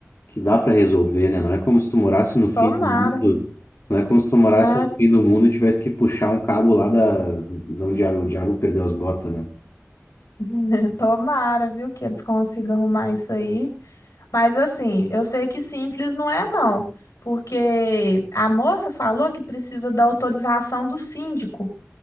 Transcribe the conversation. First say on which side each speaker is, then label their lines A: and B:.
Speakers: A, on the left (about 60°); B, on the left (about 80°).
A: que dá para resolver, né? Não é como se tu morasse no fim
B: tomara.
A: do mundo, não é como se tu morasse
B: Ah,
A: no fim do mundo e tivesse que puxar um cabo lá da, de onde o diabo perdeu as botas, né?
B: <laughs> tomara, viu, que eles consigam arrumar isso aí. Mas assim, eu sei que simples não é, não. Porque a moça falou que precisa da autorização do síndico.